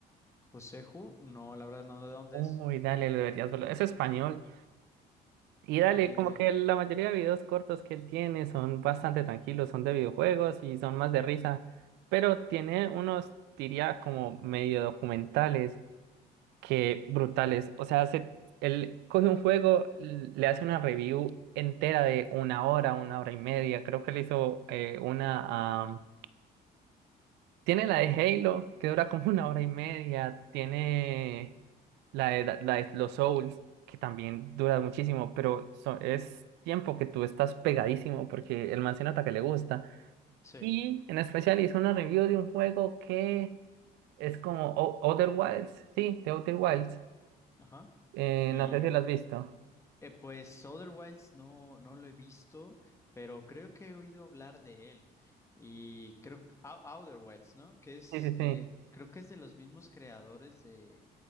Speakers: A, on the left; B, on the right.
A: Joseju, no, la verdad no, ¿de dónde
B: Uy,
A: es?
B: dale, lo deberías verlo. Es español. Y dale,
A: No, ni
B: como
A: idea.
B: que la mayoría de videos cortos que él tiene son bastante tranquilos, son de videojuegos y son más de risa, pero tiene unos, diría, como medio documentales que brutales. O sea, hace, él coge un juego, l- le hace una review entera de una hora, una hora y media. Creo que le hizo eh, una tiene la de Halo, que dura como una hora y media. Tiene la de, la de los Souls, que también dura muchísimo, pero so- es tiempo que tú estás pegadísimo porque el man se nota que le gusta.
A: Sí,
B: Y en especial hizo una review de un juego que es como O- Outer Wilds. Sí, de Outer Wilds.
A: ajá.
B: Eh,
A: Y,
B: no sé si lo has visto.
A: Eh, pues Outer no, no lo he visto, pero creo que he oído hablar de él. Y creo que Ou- Outer Wilds, ¿no? Que es,
B: Sí, sí,
A: eh,
B: sí.
A: creo que es de los mismos creadores de...